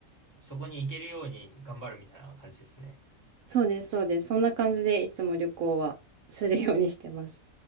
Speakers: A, on the left; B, on the right.
A: そこに行けるように頑張るみたいな感じですね。
B: そうです、そうです。そんな感じでいつも旅行はするようにしてます。